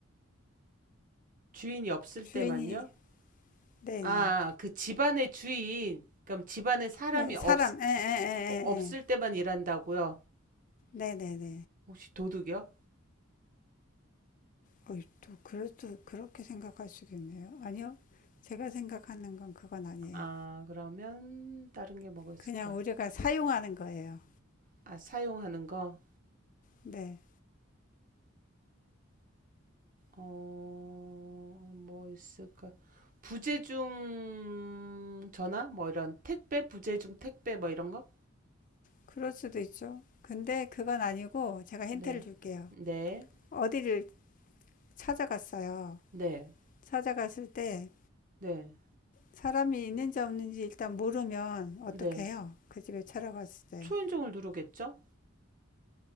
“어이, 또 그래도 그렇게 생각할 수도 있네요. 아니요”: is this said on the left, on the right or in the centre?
Left